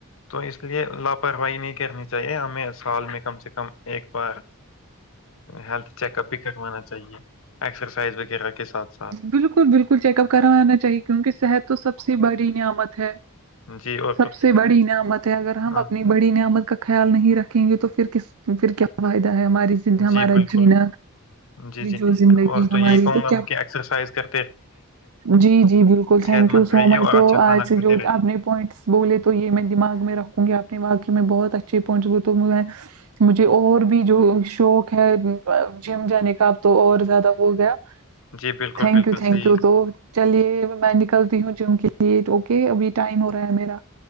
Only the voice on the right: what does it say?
بالکل بالکل چیک اپ کروانا چاہیے کیونکہ صحت تو سب سے بڑی نعمت ہے
سب
سے بڑی نعامت ہے اگر ہم
اپنی بڑی نعمت کا خیال نہیں رکھیں گے تو پھر کس پھر کیا فائدہ ہے ہماری
ہمارا
جینا
جو زندگی
ہماری
تو
کیا
جی جی بالکل تھینک
یو سو
مچ
تو
آج
سے جو
آپ نے پوائنٹس بولے تو یہ میں دماغ میں رکھوں گی اپنے واقعی میں بہت اچھے پوائنٹس بول تو مجھے اور بھی جو شوق ہے جم جانے کا اب تو اور زیادہ ہو گیا
تھینک
یو تھینک
یو تو چلیے میں نکلتی ہوں جم کے لیے اوکے ابھی ٹائم ہو رہا ہے میرا